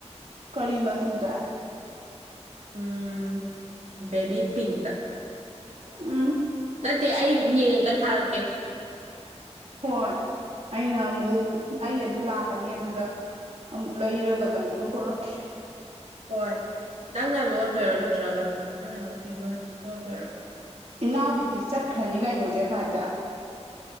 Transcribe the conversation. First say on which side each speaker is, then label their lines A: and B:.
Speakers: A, on the right; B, on the right.
A: ꯀꯔꯤ ꯃꯆꯨꯗ
B: ꯎꯝ ꯕꯦꯕꯤ ꯄꯤꯡꯛꯇ
A: ꯎꯝ
B: ꯅꯠꯇꯦ ꯑꯩ ꯌꯦꯡꯉꯒ ꯊꯥꯔꯛꯀꯦ
A: ꯍꯣꯏ ꯑꯩꯅ ꯑꯃꯨꯛ ꯑꯩ ꯑꯗꯨ ꯂꯥꯛꯀꯅꯤ ꯑꯗꯨꯗ ꯑꯃꯨꯛ ꯂꯩꯔꯒ ꯂꯪꯗꯨ ꯄꯨꯔꯛꯀꯦ
B: ꯍꯣꯏ ꯅꯪꯅ ꯂꯣꯟꯗꯣꯏꯔꯣ ꯅꯠꯇ꯭ꯔꯒ ꯅꯣꯏ ꯅꯥꯎꯄꯤꯗꯨꯅ ꯑꯣꯏ ꯂꯣꯟꯗꯣꯏꯔꯣ
A: ꯏꯅꯥꯎꯕꯤꯗꯤ ꯆꯠꯈ꯭ꯔꯥꯅꯤ ꯀꯩꯅꯣ ꯗꯦꯠ ꯐꯥꯏꯚꯇ